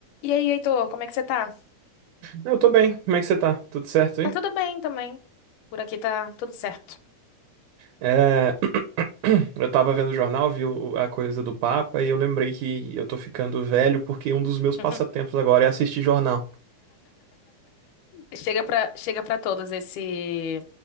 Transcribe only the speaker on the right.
Eu tô bem, como é que você tá? Tudo certo,
hein?
É, <clears throat> Eu tava vendo o jornal, vi o- a coisa do Papa e eu lembrei que eu tô ficando velho porque um dos meus passatempos
agora é assistir jornal.